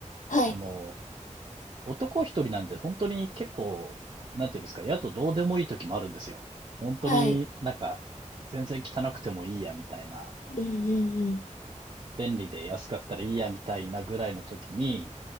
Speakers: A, on the left; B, on the right.
A: はい。
B: その、男一人なんで本当に結構、なんていうんですか、やとどうでもいいときもあるんですよ。本当になんか、
A: はい。
B: 全然汚くてもいいや、みたいな。
A: うんうんうん。
B: 便利で安かったらいいや、みたいなぐらいのときに、